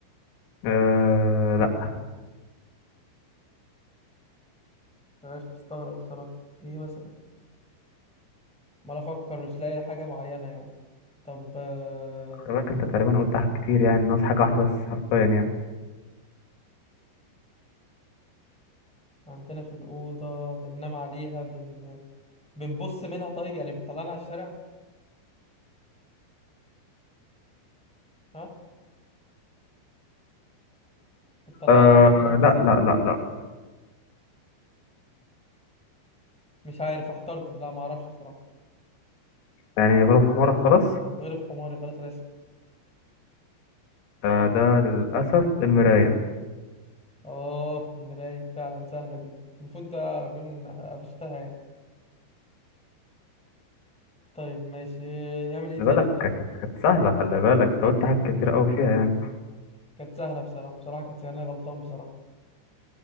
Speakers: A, on the left (about 85°); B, in the centre.
A: آه لا
B: مش عارف مستغرب بصراحة ايه مثلا ما أنا أفكر مش لاقي حاجة معينة يعني طب آه،
A: خلي بالك انت تقريبا قلت حاجات كتير يعني ناقص حاجة واحدة بس حرفيا يعني
B: عندنا في الأوضة بننام عليها بن... بنبص منها طيب يعني بتطلعنا على الشارع ها بتطلعنا
A: آه
B: على الشارع مثلا
A: لا لا لا لا
B: مش عارف احترت لا ما اعرفش بصراحة
A: يعني غروب حمارك خلاص
B: غريب حماري خلاص الاسم
A: آه ده للأسف المراية
B: اه المراية فعلا سهلة دي المفروض ده اكون قفشتها يعني طيب ماشي نعمل
A: خلي
B: ايه تاني
A: بالك
B: طيب
A: كانت كانت سهلة خلي بالك انت قلت حاجات كتير قوي فيها يعني
B: كانت سهلة بصراحة بصراحة كانت يعني أنا غلطان بصراحة